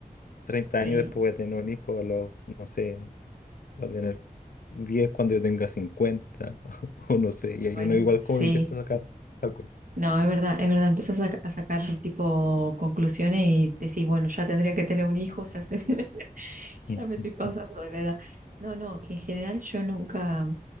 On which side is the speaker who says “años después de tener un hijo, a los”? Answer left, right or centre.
Left